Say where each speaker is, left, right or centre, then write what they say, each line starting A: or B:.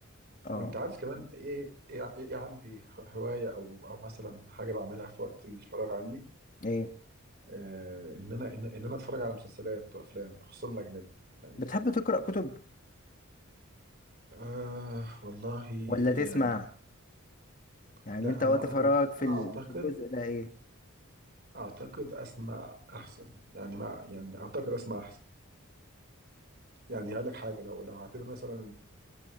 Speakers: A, on the left (about 40°); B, on the right (about 50°).
A: اه
B: وانت عارف كمان ايه ايه, إيه عندي هوايه او او مثلا حاجه بعملها في وقت الفراغ عني
A: ايه
B: آه ان انا ان, ان انا اتفرج على مسلسلات وافلام خصوصا الاجنبي يعني
A: بتحب تقرأ كتب
B: آه والله
A: ولا تسمع
B: يعني
A: يعني
B: لا
A: انت
B: انا
A: وقت
B: اعتقد
A: فراغك في
B: اعتقد
A: ال- في الجزء ده ايه
B: اعتقد اسمع احسن يعني مع يعني اعتقد اسمع احسن يعني هقول لك حاجه لو لو هعتبر مثلا